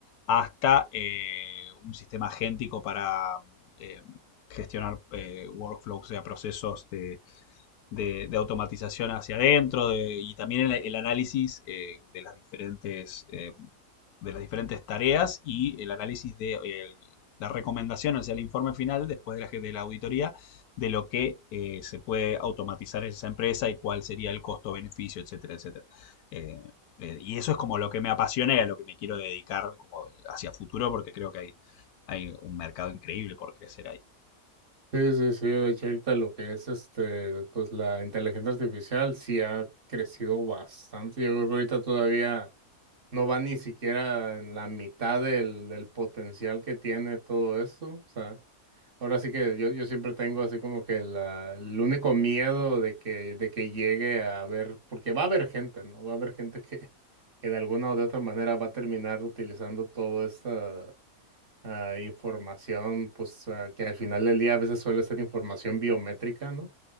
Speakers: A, on the left; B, on the right.
A: hasta eh, un sistema agéntico para eh, gestionar eh, workflows, o sea, procesos de de, de automatización hacia adentro de, y también el, el análisis eh, de, las diferentes, eh, de las diferentes tareas y el análisis de el, la recomendación, o sea, el informe final después de la, de la auditoría de lo que eh, se puede automatizar en esa empresa y cuál sería el costo-beneficio, etcétera, etcétera. Eh, eh, y eso es como lo que me apasiona y a lo que me quiero dedicar como hacia futuro porque creo que hay, hay un mercado increíble por crecer ahí.
B: Sí, sí, sí, de hecho ahorita lo que es este, pues la inteligencia artificial sí ha crecido bastante. Yo creo que ahorita todavía no va ni siquiera en la mitad del, del potencial que tiene todo esto. O sea, ahora sí que yo, yo siempre tengo así como que la, el único miedo de que, de que llegue a haber, porque va a haber gente, ¿no? Va a haber gente que, que de alguna o de otra manera va a terminar utilizando toda esta ah, información, pues ah, que al final del día a veces suele ser información biométrica, ¿no?